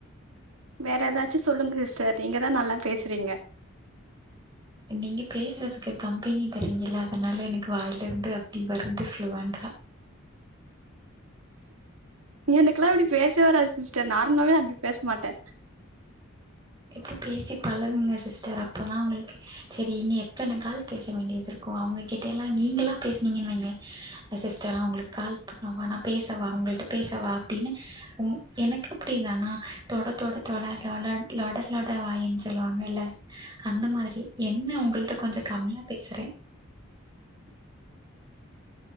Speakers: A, on the right; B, on the right.
A: வேற எதாச்சு சொல்லுங்க சிஸ்டர் நீங்கதா நல்லா பேசுறீங்க
B: நீங்க பேசுறதுக்கு கம்பெனி தரீங்கில்ல அதனால எனக்கு வாயில இருந்து அப்டி வருது ஃப்ளூவன்ட்டா
A: எனக்கெல்லா அப்டி பேச வராது சிஸ்டர் நார்மலாவே நா அப்டி பேச மாட்ட
B: இப்டி பேசி பழகுங்க சிஸ்டர் அப்பதா உங்களுக்கு சரி இன்னி எத்தனகால் பேச வேண்டியதுருக்கு அவங்க கிட்டலா நீங்களா பேசுனீங்கனு வைங்க சிஸ்டர் அவங்களுக்கு கால் பண்ணவா நா பேசவா உங்களு பேசவா அப்டின்னு உ எனக்கு அப்டிதானா தொட தொட தொடலொல லொட லொட வாயின் சொல்லுவாங்கில்ல அந்த மாரி என்ன உங்கள்ட்ட கொஞ்ச கம்மியா பேசற <inaudible>